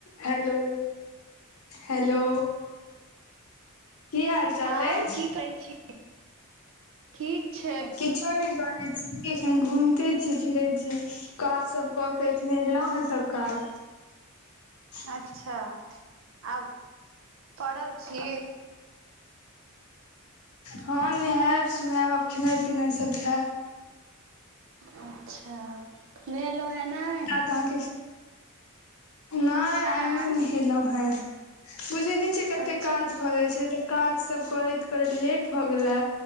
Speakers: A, on the left; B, on the right.
A: Hello hello की हाल चाल
B: हँ
A: अछि
B: की कहै छी ठीक छै
A: छोड़ करे छी एखन घूमते छी फिरे छी काज सब कऽ के एखने एलौ है सब काज <unintelligible>
B: अच्छा आब पड़ल छी
A: हँ नेहाएब सुनाएब आब खेनाइ पिनाइ सब खेएब
B: अच्छा नेहेलो हँ नै
A: ह नै आय
B: आँ
A: नै नहेलहु हैं बुझे न कछे कते
B: अच्छा
A: काज भ जाय छै तऽ काज सब करैत करैत लेट भ गेले